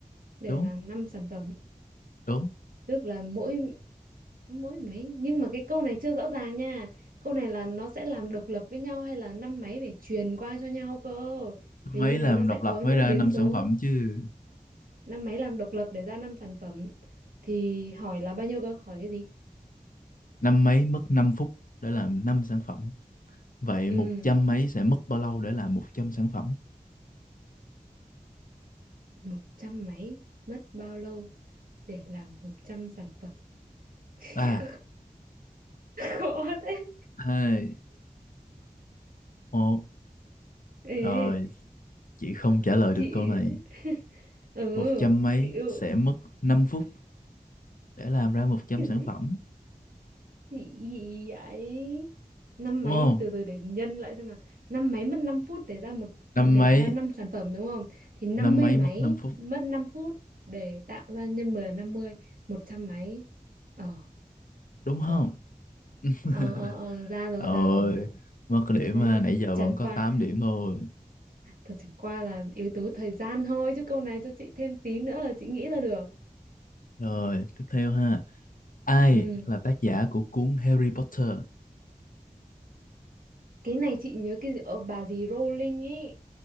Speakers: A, on the right; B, on the left.
A: để
B: đúng
A: làm 5 sản phẩm
B: đúng
A: tức là mỗi mỗi máy nhưng mà cái câu này chưa rõ ràng nha câu này là nó sẽ làm độc lập với nhau hay là năm máy phải truyền qua cho nhau cơ vì
B: máy
A: như
B: làm
A: thế nó sẽ
B: độc lập
A: có những
B: mới ra
A: biến
B: 5
A: số
B: sản phẩm chứ
A: năm máy làm độc lập để ra năm sản phẩm thì hỏi là bao nhiêu cơ hỏi cái gì
B: năm máy mất 5 phút để làm 5 sản phẩm Vậy
A: ừ
B: một trăm mấy sẽ mất bao lâu để làm 100 sản phẩm?
A: một trăm máy mất bao lâu để làm 100 sản phẩm <laughs>
B: ba
A: khó thế
B: hai một
A: ê
B: Rồi, chị không trả lời
A: chị
B: được câu này.
A: <laughs> ừ
B: một trăm mấy
A: kiểu
B: sẽ mất 5 phút để làm ra 100
A: cái
B: sản
A: gì
B: phẩm.
A: Gì gì vậy? Năm
B: Đúng
A: mấy
B: không?
A: từ từ để nhân lại xem nào. Năm mấy mất 5 phút để ra một
B: Năm
A: để
B: mấy,
A: ra 5 sản phẩm đúng không? Thì năm
B: năm
A: mươi
B: mấy
A: máy
B: mất năm phút.
A: mất 5 phút để tạo ra nhân 10 là 50, 100 mấy. Ờ
B: Đúng không?
A: ờ
B: <laughs>
A: ờ ờ, ờ ra rồi
B: Rồi,
A: ra rồi.
B: mất điểm
A: Đấy,
B: ha. Nãy giờ
A: chẳng
B: vẫn có
A: qua
B: tám điểm thôi.
A: thật chẳng qua là yếu tố thời gian thôi chứ câu này cho chị thêm tí nữa là chị nghĩ ra được.
B: Rồi, tiếp theo ha. Ai
A: Ừ.
B: là tác giả của cuốn Harry Potter?
A: Cái này chị nhớ cái gì- ờ, bà gì Rowling ấy